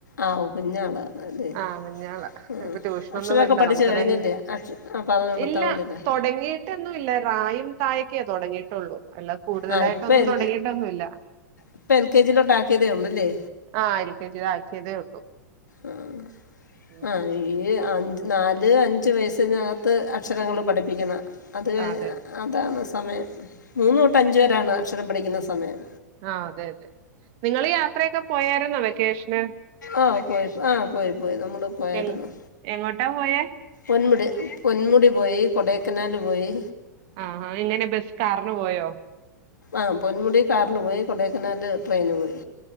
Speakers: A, on the left; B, on the right.
A: ആഹ് ഓ കുഞ്ഞാളാ അല്ലേ
B: ആ <unintelligible>
A: ആഹ്
B: ഇപ്പ ട്യൂഷനൊന്നും
A: അക്ഷരമൊക്കെ
B: വേണ്ട
A: പഠിച്ച്
B: നമുക്ക്തന്നെ
A: കഴിഞ്ഞില്ലേ അക്ഷ ആ പറഞ്ഞ് കൊടുത്താൽ
B: ഇല്ല
A: മതിയല്ലേ
B: തുടങ്ങിയിട്ടൊന്നുംല്ല റായും തായും ഒക്കെ തുടങ്ങിട്ടുള്ളൂ എല്ലാ കൂടുതലായിട്ടൊന്നും
A: ആ ഇപ്പം എൽ
B: തുടങ്ങിട്ടൊന്നുല്ല
A: ഇപ്പം എൽ കെ ജിയിലോട്ട് ആക്കിയതേ ഉള്ളൂല്ലേ
B: ആ എൽ കെ ജിലാക്കിയതേ ഉള്ളൂ
A: ആ
B: ഉം
A: ആ അഞ്ച് നാല് അഞ്ച് വയസ്സിനകത്ത് അക്ഷരങ്ങൾ പഠിപ്പിക്കണം അത്
B: അതെ
A: അതാണ് സമയം മൂന്ന് തൊട്ട് അഞ്ചുവരെയാണ് അക്ഷരം പഠി ന്ന സമയം
B: ആ അതെ അതെ നിങ്ങള് യാത്രയൊക്കെ പോയരുന്നോ വെക്കേഷന്
A: ആ പോയി ആ പോയി പോയി നമ്മള് പോയരുന്നു
B: എ എങ്ങോട്ടാ പോയേ
A: ഒൻപുട് ഒന്മുടി പോയി കൊടേക്കനാൽ പോയി
B: ആഹാ എങ്ങനെ ബസ് കാറിന് പോയോ
A: ആ പൊന്മുടി കാറിൽ പോയി കൊടേക്കനാല് ട്രെയിന് പോയി